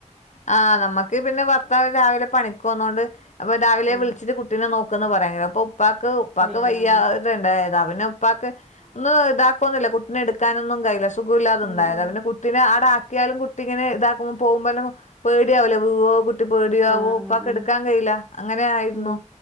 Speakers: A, on the left; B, in the centre.
A: ആഹ് നമ്മക്ക് പിന്നെ ഭർത്താവ് രാവിലെ പണിക്കൊന്നോണ്ട് അപ്പൊ രാവിലെ
B: ഉം
A: വിളിച്ചിട്ട് കുട്ടിനെ നോക്കന്ന് പറയാ അപ്പ ഉപ്പാക്ക് ഉപ്പാക്ക്
B: കയ്യൂല
A: വയ്യാ
B: ഉം
A: ണ്ടായത്, അവനെ ഉപ്പാക്ക് ഒന്നും ഇതാക്കൊന്നില്ല, കുട്ടിനെ എടുക്കാനൊന്നും കയ്യില്ല. സുഖുല്ലാതെ
B: ഉം
A: ഉണ്ടായത
B: ഉം
A: പിന്നെ കുട്ടിനെ ആട ആക്കിയാലും കുട്ടി ഇങ്ങനെ താകുമ്പോ പോകുമ്പലും പേടിയാവൂല, വീവോ കുട്ടി പേടിയാവോ,
B: ആഹ് ആഹ്
A: ഉപ്പക്കെടുക്കാൻ
B: ആഹ്
A: കഴയില്ല അങ്ങനെ ആയിരുന്നു.
B: ഉം